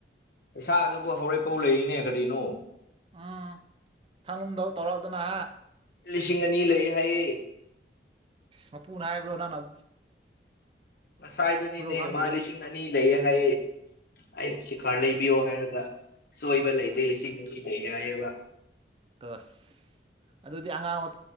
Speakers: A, on the left; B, on the right.
A: ꯄꯩꯁꯥ ꯑꯗꯨꯕꯨ ꯍꯧꯔꯛꯄꯥꯎ ꯂꯩꯔꯤꯅꯦ ꯀꯔꯤꯅꯣ
B: ꯎꯝ ꯊꯥꯡꯂꯅꯨꯡꯗ ꯇꯧꯔꯛꯑꯗꯅ
A: ꯂꯤꯁꯤꯡ ꯑꯅꯤ ꯂꯩ ꯍꯥꯏꯌꯦ
B: ꯃꯄꯨꯅ ꯍꯥꯏꯕ꯭ꯔꯣ ꯅꯪꯥꯟ
A: ꯉꯁꯥꯏꯗꯨꯅꯤꯅꯦ
B: ꯈꯪꯗ꯭ꯔꯦ
A: ꯃꯥ ꯂꯤꯁꯤꯡ ꯑꯅꯤ ꯂꯩꯌꯦ ꯍꯥꯏꯌꯦ ꯑꯩꯅ ꯁꯤꯈꯥꯔ ꯂꯩꯕꯤꯌꯣ
B: ꯑꯁ
A: ꯍꯥꯏꯔꯒ ꯁꯣꯏꯕ ꯂꯩꯇꯦ ꯂꯤꯁꯤꯡ ꯑꯅꯤ ꯂꯩ ꯍꯥꯏꯌꯦꯕ
B: ꯇꯁ ꯑꯗꯨꯗꯤ ꯑꯉꯥꯡꯕ